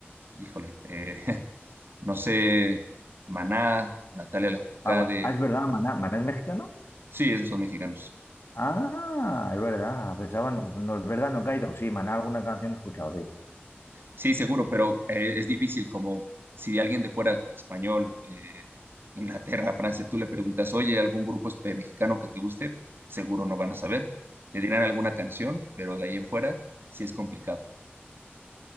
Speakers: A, on the right; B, on the left.
A: híjole, eh, <laughs> no sé, Maná, Natalia Lafourcade,
B: Ah, bueno, ah, es verdad, Maná, ¿Maná es mexicano?
A: sí, esos son mexicanos.
B: Ah, es verdad, pensaba, no, no, es verdad, no he caído. Sí, Maná, alguna canción he escuchado, sí.
A: Sí, seguro, pero eh, es difícil como si alguien de fuera español, eh, Inglaterra, Francia, tú le preguntas, oye, ¿algún grupo espe- mexicano que te guste? Seguro no van a saber. Te dirán alguna canción, pero de ahí en fuera sí es complicado.